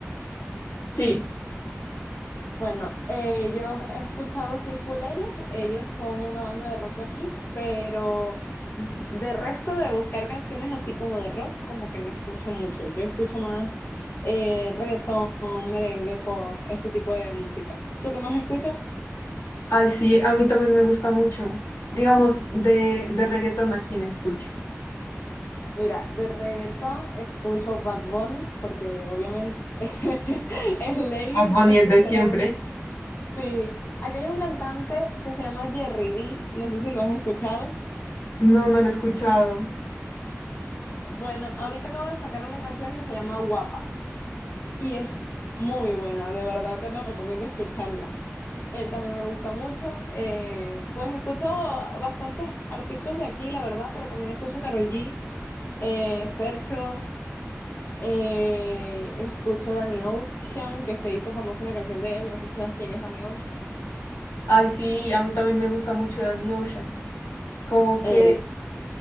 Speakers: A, on the left (about 80°); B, on the left (about 50°).
A: Sí.
B: Bueno, eh, yo he escuchado sí full ellos, ellos son una banda de rock de aquí, pero de resto de buscar canciones así como de rock, como que no escucho mucho. Yo escucho más eh, reggaetón, merengue, pop, este tipo de música. ¿Tú qué más escuchas?
A: Ay, sí, a mí también me gusta mucho. Digamos, de, de reggaetón, ¿a quién escuchas?
B: Mira, de reggaetón escucho Bad Bunny, porque obviamente <laughs> es ley
A: Bad Bunny,
B: escuchar
A: el de siempre.
B: a Bad Bunny. Sí, aquí hay un cantante que se llama Jerry D, no sé si lo has escuchado.
A: No, no lo he escuchado.
B: Bueno, ahorita acabo de sacar una canción que se llama Guapa y es muy buena, de verdad te la recomiendo escucharla. Él también me gusta mucho. eh, pues escucho bastantes artistas de aquí, la verdad, pero también escucho Karol G, eh, Fercho, eh, escucho Danny Ocean, que se hizo famosa una canción de él, no sé si sabes quién es Danny Ocean.
A: Ay, sí, a mí también me gusta mucho Danny Ocean. Como que
B: Él.